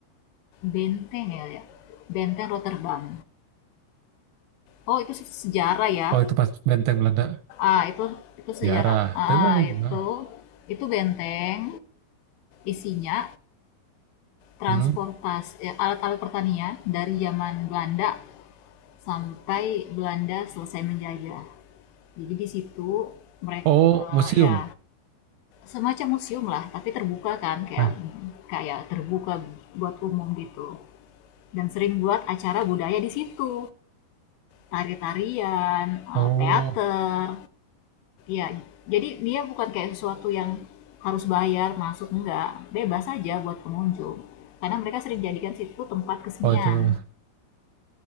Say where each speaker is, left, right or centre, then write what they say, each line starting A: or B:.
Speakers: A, on the left; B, on the right.
A: benteng ya ya benteng Rotterdam oh itu sejarah ya
B: Oh itu pas benteng Belanda
A: ah itu itu sejarah
B: jarah,
A: ah
B: tapi boleh juga.
A: itu itu benteng isinya transportasi
B: Hmm.
A: eh, alat-alat pertanian dari zaman Belanda sampai Belanda selesai menjajah. Jadi di situ mereka
B: Oh
A: uh,
B: museum.
A: ya semacam museum lah, tapi terbuka kan kayak
B: Eh,
A: kayak terbuka buat umum gitu. Dan sering buat acara budaya di situ, tari-tarian, eh,
B: oh,
A: teater. Ya, jadi dia bukan kayak sesuatu yang harus bayar masuk enggak, bebas aja buat pengunjung. Karena mereka sering jadikan situ tempat kesenian
B: oh itu.